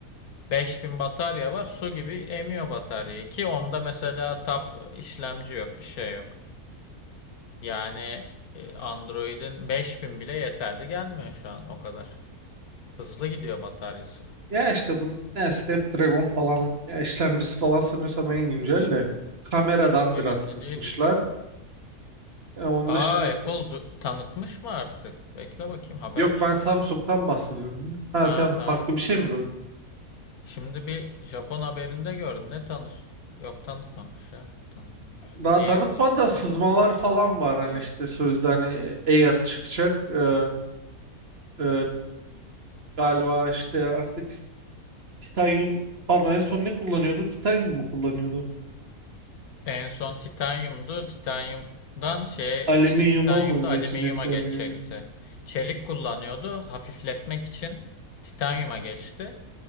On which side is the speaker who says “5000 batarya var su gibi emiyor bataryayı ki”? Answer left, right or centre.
Left